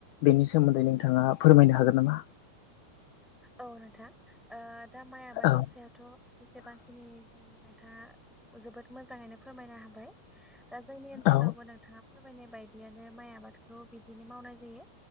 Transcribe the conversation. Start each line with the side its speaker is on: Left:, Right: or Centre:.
Left: बेनि सोमोन्दै नोंथाङा फोरमायनो हागोन नामा?
Centre: औ नोंथां ओ दा माइ आबादनि
Left: औ
Centre: सायावथ' जेसेबांखिनि <inaudible> नोंथाङा जोबोद मोजाङैनो फोरमायनो हाबाय दा जोंनि ओनसोलावबो
Left: औ
Centre: नोंथाङा फोरमायनाय बायदियानो माइ आबादखौ बिदिनो मावनाय जायो